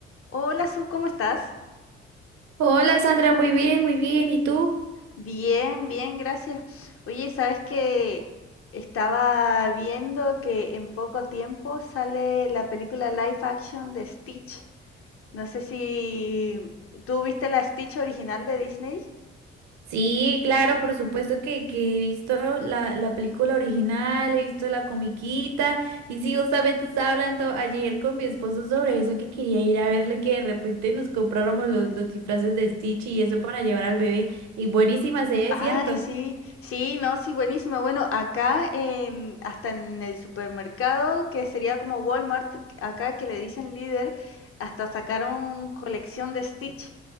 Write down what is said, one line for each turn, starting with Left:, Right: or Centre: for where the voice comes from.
Left: Hola, Su, ¿cómo estás?
Right: Hola Sandra, muy bien, muy bien. ¿Y tú?
Left: Bien, bien, gracias. Oye, ¿sabes que Estaba viendo que en poco tiempo sale la película live action de Stitch. No sé si tú viste la Stitch original de Disney.
Right: Sí, claro, por supuesto que, que he visto la, la película original, he visto la comiquita y sí, justamente estaba hablando ayer con mi esposo sobre eso, que quería ir a verle que de repente nos compráramos los, los disfraces de Stitch y eso para llevar al bebé. Y buenísima se ve,
Left: Ay,
Right: ¿cierto?
Left: sí, sí, no, sí, buenísima. Bueno, acá en, hasta en el supermercado, que sería como Walmart, acá que le dicen líder, hasta sacaron colección de Stitch.